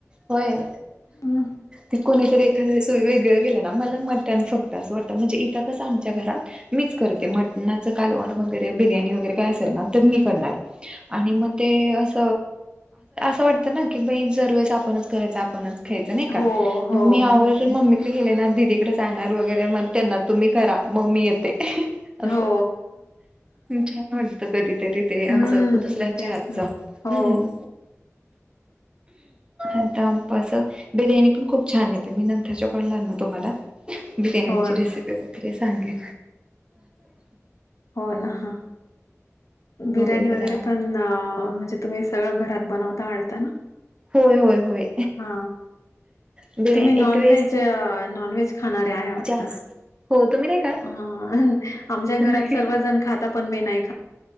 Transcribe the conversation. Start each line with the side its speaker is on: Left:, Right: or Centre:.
Right: होय
Left: हं.
Right: ते कोणीतरी एखाद्यास वेगळ मला मटण फक्त अस वाटत म्हणजे इथं अस आमच्या घरात मीच करते, मटनाच कालवण वा वगैरे बिर्याणी वगैरे असेल ना तर ते मी करणार, आणी मग ते अस असं वाटतं ना की बाई जर वेळीस आपणच करायचं आपणच खायच नाही का
Left: हो हो
Right: मग मी आवर्जुन मम्मीकडे गेले ना - तिकडे जागणार वगैरे मग त्यांना तुम्ही करा मम्मी येते. असं
Left: हो
Right: छान म्हणत कधी तरी ते असं
Left: हम्म
Right: दुसऱ्यांच्या
Left: तेच
Right: हातच
Left: ना हो
Right: हम्. आतां बिर्याणी पण खूप छान आहेेत मी नंतरच्याकडलाल ना तुम्हाला बिर्याणीची
Left: हो ना
Right: रेसिपी वगैरे सांगेन.
Left: हो ना ह
Right: थोडं
Left: बिरणी
Right: एकदा
Left: वगरे पण म्हणजे तुम्ही सगळं घ ात बनवता आढताना.
Right: होय होय होय
Left: हा
Right: बिर्याणी
Left: तुम्ही नॉनवज
Right: एक वेळेस तर
Left: नॉनवज खाणारे आहे वाटत.
Right: जास्त हो तुम्ही नाही खात
Left: हा आमच्या घरात
Right: नाही
Left: सर्वात जण खाता पण मेनाय